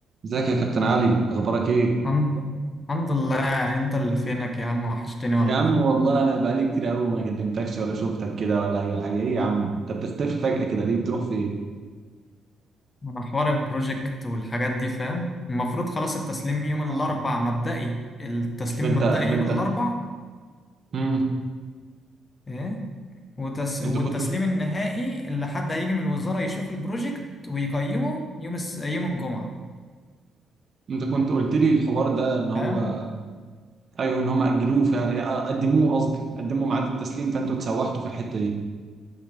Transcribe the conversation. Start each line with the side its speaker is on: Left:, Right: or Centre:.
Right: ازيك يا كابتن علي اخبارك ايه
Left: الحمد الحمد لله انت اللي فينك يا عم وحشتني والله
Right: يا عم والله انا بقالي كتير قوي ما كلمتكش ولا شفتك كده ولا اي حاجه ايه يا عم انت بتختفي فجأة كده ليه بتروح فين
Left: انا حوار البروجكت والحاجات دي فاهم المفروض خلاص التسليم يوم
Right: آه.
Left: الاربع مبدئي التسليم
Right: ده انت
Left: مبدئي
Right: ده
Left: يوم
Right: انت
Left: الاربع
Right: امم
Left: ايه وتس... والتسليم
Right: انت كنت
Left: النهائي اللي حد هيجي من الوزارة يشوف البروجكت ويقيمه يوم الس... يوم الجمعة
Right: انت كنت قلت لي الحوار ده ان هو
Left: فاهم
Right: ايوه ان هم اجلوه فعلا إيه، آه، قدموه قصدي قدموا ميعاد التسليم فانتوا اتسوحتوا في الحته دي